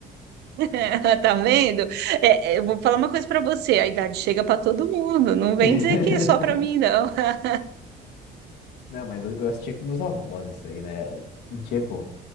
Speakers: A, on the right (about 75°); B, on the left (about 85°).
A: <laughs> Tá vendo? É, é, eu vou falar uma coisa pra você, a idade chega pra todo mundo, não vem
B: <laughs>
A: dizer que é só pra mim, não. <laughs>
B: Não, mas eu, eu assistia com meus avós isso aí, né? Não tinha como.